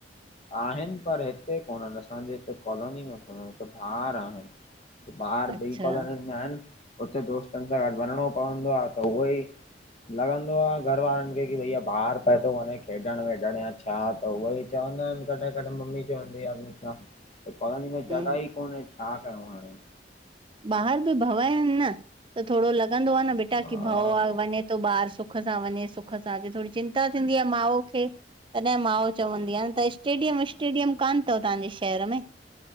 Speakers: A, on the left; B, on the right.
A: आहिनि पर हिते कोन्हनि असांजे हिते कॉलोनी में कोननि हिते बाहर आहिनि। ॿाहर
B: अच्छा
A: बिई कॉलोनी में आहिनि उते दोस्तनि सां गॾु वञिणो पवंदो आ त उहो ई लॻंदो आ घर वारनि खे की भईया ॿाहर पियो थो वञे खेॾण वेॾण या छा त उहे बि चवंदा आहिनि कडहिं कडुहिं मम्मी चवंदी आ, कॉलोनी में
B: हम्म
A: जॻह ई कोन्हे छा कयूं हाणे।
B: ॿाहिरि बि भव आहिनि न त थोरो लॻंदो आ न, बेटा
A: हा
B: की भउ आ वञे त ॿारु सुख सां वञे सुख सां अचे, थोरी चिंता थींदी आ माउ खे। तॾहिं मांऊ चवंदी आ न, त स्टेडियम ॿिस्टेडियम कान तव तांजे शहर में?